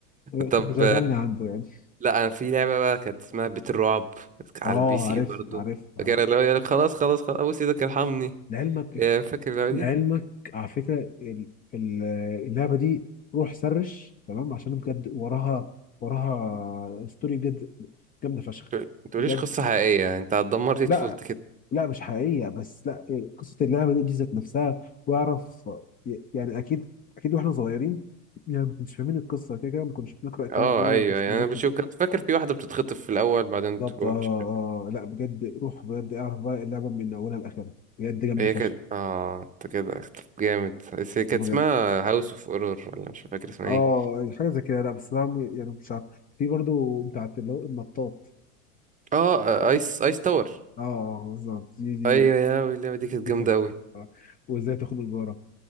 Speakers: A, on the left; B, on the right.
A: كان
B: طب
A: مشغلني عنده يعني
B: لا انا في لعبه بقى كانت اسمها بيت الرعب كانت على
A: اه
B: البي سي
A: عارف
B: برضو
A: عارف عارف
B: فاكر اللي هو يقولك خلاص خلاص خلاص ابوس ايدك ارحمني
A: لعلمك
B: آه، فاكر اللعبه
A: لعلمك
B: دي
A: على فكرة ال- ال- اللعبة دي روح سرش تمام عشان بجد وراها وراها ستوري بجد جامدة فشخ
B: ما تقوليش
A: بجد
B: قصه حقيقيه انت هتدمر لي
A: لا
B: طفولتي كده
A: لا مش حقيقية بس لا إيه، قصة اللعبة دي دي ذات نفسها واعرف يعني أكيد أكيد واحنا صغيرين يعني ما كناش فاهمين القصة كده كده ما كناش بنقرأ الكلام
B: اه
A: قوي
B: ايوه
A: وما كناش
B: يعني
A: بنركز
B: انا بشوف كنت فاكر في واحده بتتخطف في الاول بعدين
A: بالظبط
B: تروح
A: آه آه
B: مش عارف إيه.
A: آه، لا بجد روح بجد اعرف بقى اللعبة من أولها لآخرها بجد جامدة
B: هي
A: فشخ
B: كانت اه انت كده اختلف جامد بس هي كانت
A: بجد
B: اسمها هاوس اوف اورور ولا مش فاكر اسمها
A: اه
B: ايه
A: يعني حاجه زي كده لا بس انا يعني مش عارف في برضو بتاعت اللي هو النطاط
B: اه ايس ايس تاور
A: اه آه، بالظبط دي دي
B: ايوه
A: دي
B: يا لهوي اللعبه دي كانت
A: دي
B: جامده
A: كنت
B: قوي
A: آه. وازاي تخنق جارك